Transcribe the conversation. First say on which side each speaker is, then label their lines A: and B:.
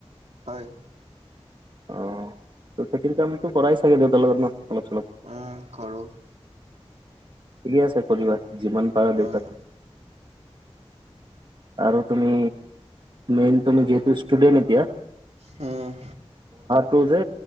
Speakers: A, on the right; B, on the right.
A: হয়।
B: অ', খেতিৰ কামতো কৰাই ছাগে দেউতাৰ লগত ন? অলপ চলপ
A: উম, কৰো।
B: ঠিকেই আছে কৰিবা যিমান পাৰ
A: উম।
B: দেউতাক আৰু তুমি মেইন তুমি যিহেতু ষ্টুডেণ্ট এতিয়া
A: উম
B: টো যে